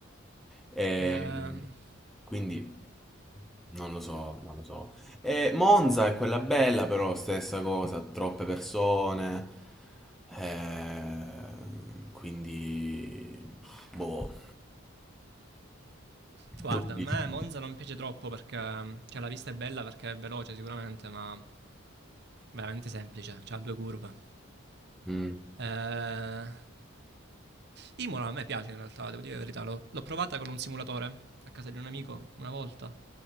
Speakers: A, in the centre; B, on the right.
A: e
B: Ehm,
A: quindi non lo so, non lo so. E Monza è quella bella, però stessa cosa, troppe persone, eh, quindi, boh,
B: Guarda,
A: tu che dici?
B: a me Monza non piace troppo perché cioè, la pista è bella perché è veloce sicuramente, ma veramente semplice, cioè, ha due curve.
A: Mm.
B: Eh, Imola a me piace in realtà, devo dire la verità, l'ho, l'ho provata con un simulatore a casa di un amico una volta,